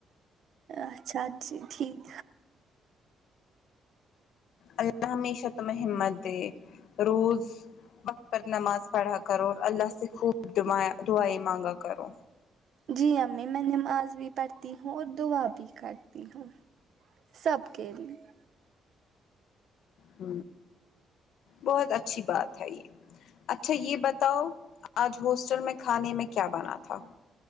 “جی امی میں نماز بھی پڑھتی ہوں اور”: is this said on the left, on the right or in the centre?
Right